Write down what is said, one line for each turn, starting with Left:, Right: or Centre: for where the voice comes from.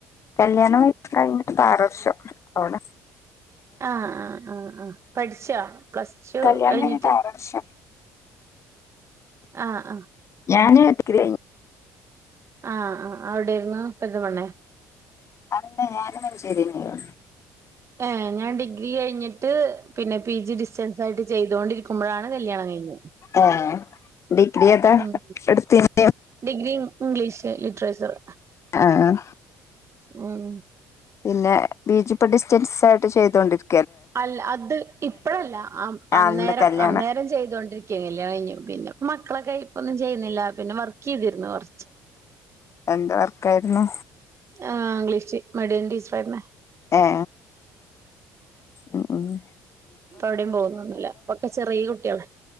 Left: കല്യാണം കയി ഞ്ഞിട്ട് ഇപ്പ ആറ് വർഷം അവിടെ
Right: ആ ആ ആ ആ പഠിച്ചാ പ്ലസ്ടൂ
Left: കല്യാണം
Right: കഴിഞ്ഞിട്ട്
Left: ആറ് വർഷം
Right: ആ ആ
Left: ഞാന് ഡിഗ്രി കഴിഞ്ഞ്
Right: ആ ആ അവിടെരുന്നു പെരിന്തൽമണ്ണേ
Left: അല്ലെ ഞാന് മഞ്ചേരിലെന്നു
Right: ഏഹ് ഞാൻ ഡിഗ്രി കഴിഞ്ഞിട്ട് പിന്നെ പി ജി ഡിസ്റ്റൻസ് ആയിട്ട് ചെയ്തൊണ്ടിരിക്കുമ്പോഴാണ് കല്യാണം കഴിഞ്ഞേ
Left: ഏഹ് ഡിഗ്രി ഏതാ
Right: ഉം
Left: എടുത്തീന്
Right: ഡിഗ്രി ഇംഗ്ലീഷ് ലിറ്റ്റേച്ചറ്
Left: ആഹ്
Right: ഉം
Left: പിന്നെ ബീജ്‌ ഇപ്പ ഡിസ്റ്റൻസായിട്ട് ചെയ്തൊണ്ടിര്
Right: അല്ല അത് ഇപ്പഴല്ല അ
Left: ആഹ്
Right: അന്നേരം
Left: ഇന്ന് കല്യാണം
Right: അന്നേരം ചെയ്തോണ്ടിരിക്ക്യാ കല്യാണം കഴിഞ്ഞ് പിന്നെപ്പം മക്കളക്കെയായ് ഇപ്പങ്ങ ചെയ്യുന്നില്ല പിന്നെ വർക്കെയ്തിരുന്നു കൊറ
Left: എന്ത്‌ വർക്കായിരുന്നു
Right: ഏ ഇംഗ്ലീഷ്. മടിയൻ ടീച്ചറായിര്ന്നേ
Left: ഏ മ്മ് മ്മ്
Right: ഇപ്പവിടെം പോവുന്നോന്നുല്ല ഇപ്പക്കേ ചെറീ കുട്ട്യാണ്